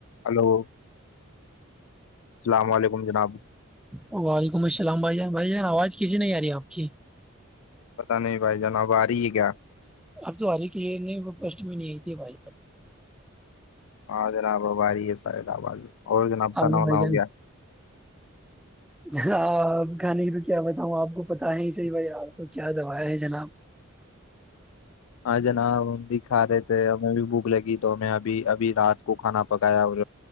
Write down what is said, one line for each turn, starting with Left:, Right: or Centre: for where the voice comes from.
Left: Hello السلام علیکم جناب
Centre: وعلیکم السلام بھائی جان بھائی جان آواز کسی نہیں آ رہی آپ کی
Left: پتا نہیں بھائی جناب آ رہی ہے کیا
Centre: اب تو ہاری کے لی نہیں پسٹ میں نہیں آئی تے بھائی
Left: ہ ج ر آاب باری <unintelligible> <inaudible> سید آواز اور جناب
Centre: جان
Left: کھانا وانا
Centre: بھائی جان
Left: ہو گیا
Centre: جنا آپ کھانے کی تو کیا بتاؤں آپ کو پتاہ ہے صحی بھائی آج تو کیا دوایا ہے جناب
Left: ہاں جناب ہم بھی کھا رہے تھے ہمیں بھی بھوک لگی تو ہمیں ابھی ابھی رات کو کھانا پکایا اور